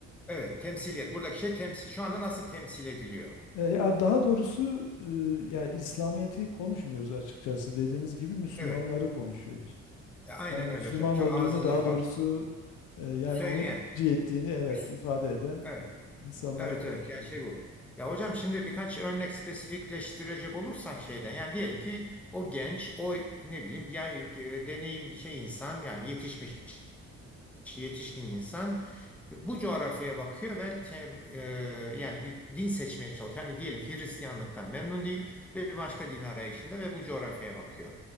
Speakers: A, in the centre; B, on the left (about 85°).
A: Evet, temsiliyet. Buradaki şey temsil. Şu anda nasıl temsil ediliyor?
B: E, ya daha doğrusu e, ya İslamiyet'i konuşmuyoruz açıkçası. Dediğiniz gibi Müslümanları
A: Evet.
B: konuşuyoruz.
A: E, Aynen
B: Yani Müslüman
A: öyle hocam. Çok
B: olduğunu
A: ağzınıza
B: daha
A: sağlık.
B: doğrusu e, yani
A: Söyleyen.
B: onu tercih ettiğini evet
A: Müs-
B: ifade eden
A: Evet.
B: insanları
A: Evet
B: konuşuyoruz.
A: evet. Yani şey bu. Ya hocam şimdi birkaç örnek spesifikleştirecek olursak şeyden yani diyelim ki o genç o ne bileyim ya e, deneyim şey insan yani yetişmiş yetişkin insan bu coğrafyaya bakıyor ve tem- e, yani bir din seçmeye çalışıyor. Yani diyelim ki Hristiyanlıktan memnun değil ve bir başka din arayışında ve bu coğrafyaya bakıyor.